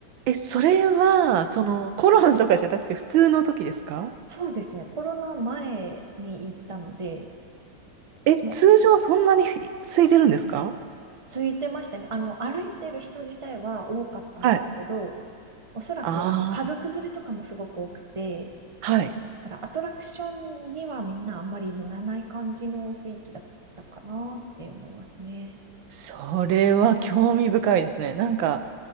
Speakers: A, on the right; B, on the right.
A: え、それは、その、コロナとかじゃなくて普通の時ですか
B: そうですね。コロナ前に行ったので、
A: え、
B: もう
A: 通常そんなに空いてるんですか
B: 空いてましたね。あの、歩いてる人自体は多かったんですけど、
A: はい。
B: おそらく、
A: あ
B: あの、家族連れとかもすごく多くて、
A: はい。
B: だからアトラクションにはみんなあんまり乗らない感じの雰囲気だったかなって思いますね。
A: それは興味深いですね。なんか、